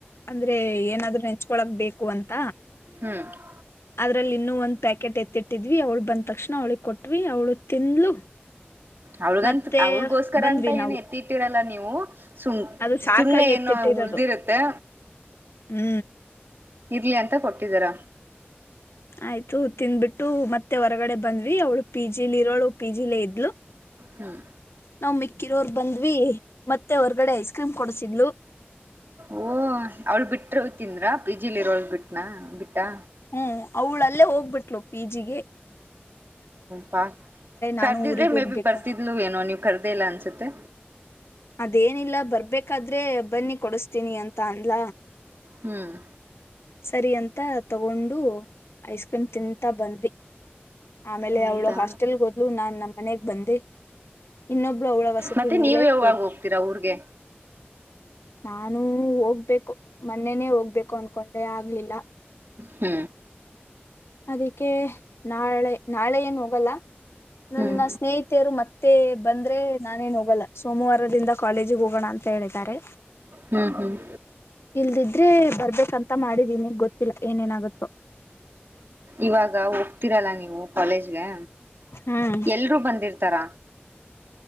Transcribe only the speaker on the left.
ಅಂದ್ರೆ ಏನಾದರೂ ನೆಚ್ಕೊಳಕೆ ಬೇಕು ಅಂತ.
ಅದ್ರಲ್ಲಿ ಇನ್ನೂ ಒಂದ್ ಪ್ಯಾಕೆಟ್ ಎತ್ತಿಟ್ಟಿದ್ವಿ ಅವ್ಳ ಬಂದ ತಕ್ಷಣ ಅವ್ಳಿಗೆ ಕೊಟ್ವಿ ಅವಳು ತಿಂದ್ಲು
ಮತ್ತೆ
ಬಂದ್ವಿ
ನಾವು
ಅದು ಸಾಕಾಗಿ
ಎತ್ತಿಟ್ಟಿರೋದು
ಹ್ಮ್
ಆಯ್ತು ತಿಂದ್ಬಿಟ್ಟು ಮತ್ತೆ ಹೊರಗಡೆ ಬಂದ್ವಿ ಅವಳು ಪಿ ಜಿ ಲಿ ಇರೋಳ ಪಿ ಜಿ ಲೆ ಇದ್ಲು
ನಾವ್ ಮಿಕ್ಕಿರೋರ್ ಬಂದ್ವಿ ಮತ್ತೆ ಹೊರಗಡೆ ಐಸ್ ಕ್ರೀಮ್ ಕೊಡಸಿದ್ಲು.
ಹ್ಮ್ ಅವಳಲ್ಲೇ ಹೋಗ್ಬಿಟ್ಲು ಪಿ ಜಿ ಗೆ
ನಾನು ಊರಿಗ್
ಹೋಗ್ಬೇಕು
ಅದೇನಿಲ್ಲ ಬರ್ಬೇಕಾದ್ರೆ ಬನ್ನಿ ಕೊಡಸ್ತೀನಿ ಅಂತ ಅನ್ಲ
ಸರಿ ಅಂತ ತಗೊಂಡು ಐಸ್ ಕ್ರೀಮ್ ತಿಂತಾ ಬಂದಿ ಆಮೇಲೆ
ಅವಳ ಹಾಸ್ಟೆಲ್ಗೆ ಹೋದ್ಲು ನಾನ್ ನಮ್ಮನೆಗ್ ಬಂದೆ ಇನ್ನೊಬ್ಳ ಅವಳ ವಸತಿಿನಲೆ
ಹೋದ್
ನಾನು ಹೋಗ್ಬೇಕು ಮೊನ್ನೆನೇ ಹೋಗ್ಬೇಕು ಅನ್ಕೊಂಡೆ ಆಗ್ಲಿಲ್ಲ
ಅದಕ್ಕೆ ನಾಳೆ ನಾಳೆ ಏನು ಹೋಗಲ್ಲ ನನ್ನ
ಸ್ನೇಹಿತಿಯರು ಮತ್ತೆ ಬಂದ್ರೆ ನಾನೇನ್ ಹೋಗಲ್ಲ ಸೋಮವಾರದಿಂದ ಕಾಲೇಜಿಗೆ ಹೋಗೋಣ ಅಂತ ಹೇಳಿದ್ದಾರೆ
ಇಲ್ದಿದ್ರೆ ಬರ್ಬೇಕಂತ ಮಾಡಿದೀ ನಿಗ್ ಗೊತ್ತಿಲ್ಲ ಏನೇನಾಗುತ್ತೋ
ಹ್ಮ್